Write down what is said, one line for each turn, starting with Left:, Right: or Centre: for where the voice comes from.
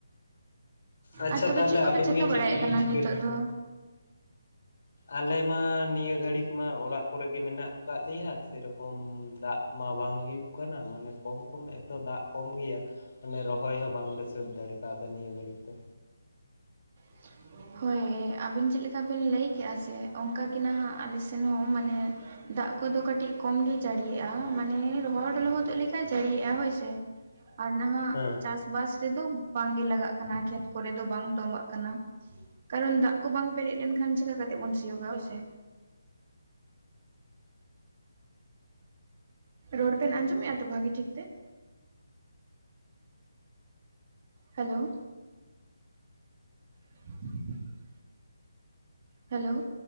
Left: ᱟᱪᱪᱷᱟ
Right: ᱟᱨ ᱛᱚᱵᱮ
Left: ᱛᱟᱦᱚᱞᱮ
Right: ᱪᱮᱫ ᱠᱚᱯᱮ
Left: ᱟᱹᱵᱤᱱ
Right: ᱪᱤᱠᱟᱹ
Left: ᱜᱮ
Right: ᱵᱟᱲᱟᱭᱮᱫ
Left: ᱪᱮᱫ ᱠᱚᱵᱤᱱ
Right: ᱠᱟᱱᱟ
Left: ᱪᱤᱠᱟᱹ
Right: ᱱᱤᱛᱳᱜ ᱫᱚ?
Left: ᱟᱞᱮ ᱢᱟ ᱱᱤᱭᱟᱹ ᱜᱷᱟᱹᱲᱤᱡ ᱢᱟ ᱚᱲᱟᱜ ᱠᱚᱨᱮᱜᱮ ᱢᱮᱱᱟᱜ ᱠᱟᱫ ᱞᱮᱭᱟ ᱥᱮᱨᱚᱠᱚᱢ ᱫᱟᱜ ᱢᱟ ᱵᱟᱝ ᱦᱩᱭᱩᱜ ᱠᱟᱱᱟ ᱢᱟᱱᱮ ᱠᱚᱢ ᱠᱚᱢ ᱮᱛᱚ ᱫᱟᱜ ᱠᱚᱢ ᱜᱮᱭᱟ ᱢᱟᱱᱮ ᱨᱚᱦᱚᱭ ᱦᱚᱸ ᱵᱟᱝᱞᱮ ᱥᱟᱹᱛ ᱫᱟᱲᱮ ᱠᱟᱣᱫᱟ ᱱᱤᱭᱟᱹ ᱜᱷᱟᱹᱲᱤᱡ ᱫᱚ᱾
Right: <inaudible> ᱦᱳᱭ ᱟᱵᱤᱱ ᱪᱮᱫ ᱞᱮᱠᱟ ᱵᱤᱱ ᱞᱟᱹᱭ ᱠᱮᱫᱼᱟ ᱥᱮ ᱚᱱᱠᱟᱟᱜᱮ ᱱᱟᱦᱟᱜ ᱟᱞᱮ ᱥᱮᱱ ᱦᱚᱸ ᱢᱟᱱᱮ ᱫᱟᱜ ᱠᱚᱫᱚ ᱠᱟᱹᱴᱤᱡ ᱠᱚᱢ ᱜᱮ ᱡᱟᱹᱲᱤᱭᱟᱜᱼᱟ ᱢᱟᱱᱮ ᱨᱚᱦᱚᱲ ᱞᱚᱦᱚᱫᱚᱜ ᱞᱮᱠᱟᱱ ᱡᱟᱹᱲᱤᱭᱮᱜᱼᱟ ᱦᱳᱭ ᱥᱮ ᱟᱨ ᱱᱟᱦᱟᱜ
Left: ᱦᱮᱸ᱾
Right: ᱪᱟᱥ ᱵᱟᱥ ᱨᱮᱫᱚ ᱵᱟᱝ ᱜᱮ ᱞᱟᱜᱟᱜ ᱠᱟᱱᱟ ᱠᱷᱮᱛ ᱠᱚᱨᱮᱫ ᱫᱚ ᱵᱟᱝ ᱛᱚᱵᱟᱜ ᱾ ᱠᱟᱱᱟ ᱠᱟᱨᱚᱱ ᱫᱟᱜ ᱠᱚ ᱵᱟᱝ ᱯᱮᱨᱮᱡ ᱞᱮᱱᱠᱷᱟᱱ ᱪᱮᱠᱟ ᱠᱟᱛᱮ ᱵᱚᱱ ᱥᱤᱭᱳᱜᱟ ᱦᱳᱭᱥᱮ᱾ ᱨᱚᱲ ᱵᱮᱱ ᱟᱸᱡᱚᱢᱮᱫᱼᱟ ᱛᱚ ᱵᱷᱟᱜᱮ ᱴᱷᱤᱠ ᱛᱮ᱾ Hello <inaudible> hello